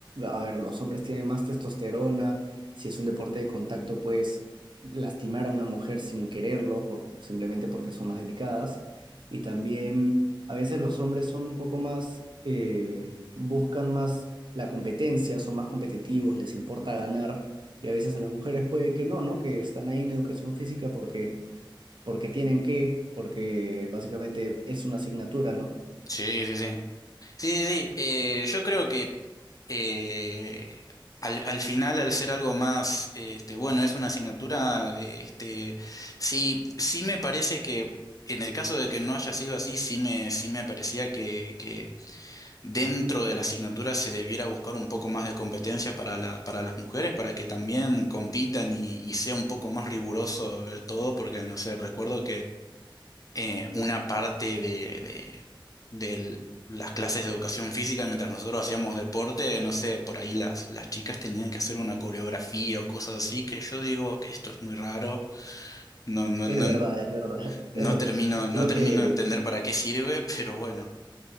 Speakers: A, on the right (about 65°); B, on the left (about 45°).
A: a ver, los hombres tienen más testosterona, si es un deporte de contacto, pues lastimar a una mujer sin quererlo, por, simplemente porque son más delicadas. Y también a veces los hombres son un poco más, eh, buscan más la competencia, son más competitivos, les importa ganar. Y a veces a las mujeres puede que no, ¿no? Que están ahí en educación física porque, porque tienen que, porque básicamente es una asignatura, ¿no? <laughs>
B: Sí, sí, sí. Sí, sí, sí. Eh, yo creo que eh, al, al final, al ser algo más, eh, este, bueno, es una asignatura, eh, este, sí, sí me parece que en el caso de que no haya sido así, sí me, sí me parecía que, que dentro de la asignatura se debiera buscar un poco más de competencia para la, para las mujeres, para que también compitan y, y sea un poco más riguroso eh, todo, porque no sé, recuerdo eh, una parte de, de- del- las clases de educación física, mientras nosotros hacíamos deporte, no sé, por ahí las, las chicas tenían que hacer una coreografía o cosas así, que yo digo que esto es muy raro, no, no,
A: Es
B: no,
A: verdad, es verdad.
B: no
A: <laughs>
B: termino, no
A: Creo
B: termino
A: que
B: de entender para qué sirve, pero bueno.